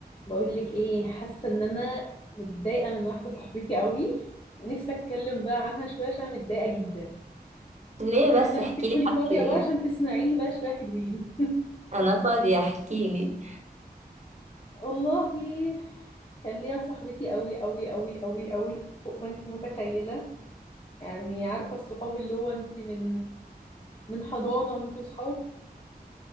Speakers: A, on the left; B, on the right.
A: بقول لك ايه حاسه ان انا متضايقه من واحده صاحبتي قوي ونفسي اتكلم بقى عنها شويه عشان أنا متضايقه جدا
B: ليه
A: فاتمنى
B: بس
A: ان
B: احكي
A: انت تكوني
B: لي حصل
A: فاضيه
B: ايه
A: بقى عشان تسمعيني بقى شويه حلوين
B: انا فاضية احكي لي
A: <laughs> والله كان ليا صاحبتي قوي قوي قوي قوي قوي فوق ما انت متخيله يعني عارفه الصحاب اللي هو انت من من حضانه وانتوا صحاب